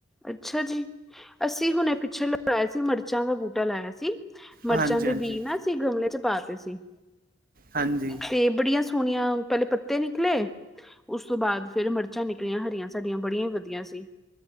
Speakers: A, in the centre; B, on the right.
A: ਅੱਛਾ ਜੀ ਅਸੀਂ ਹੁਣੇ ਪਿੱਛੇ ਲੜਾਇਆ ਸੀ ਮਿਰਚਾਂ ਦਾ ਬੂਟਾ ਲਾਇਆ ਸੀ। ਮਿਰਚਾਂ
B: ਹਾਂਜੀ
A: ਦੇ
B: ਹਾਂਜੀ
A: ਬੀ ਨਾ ਅਸੀਂ ਗਮਲੇ ਚ ਪਾਤੇ ਸੀ।
B: ਹਾਂਜੀ
A: ਤੇ ਬੜੀਆਂ ਸੋਹਣੀਆਂ ਪਹਿਲੇ ਪੱਤੇ ਨਿਕਲੇ ਉਸ ਤੋਂ ਬਾਅਦ ਫੇਿਰ ਮਿਰਚਾਂ ਨਿਕਲੀਆਂ ਹਰੀਆਂ ਸਾਡੀਆਂ ਬੜੀਆਂ ਹੀ ਵਧੀਆ ਸੀ।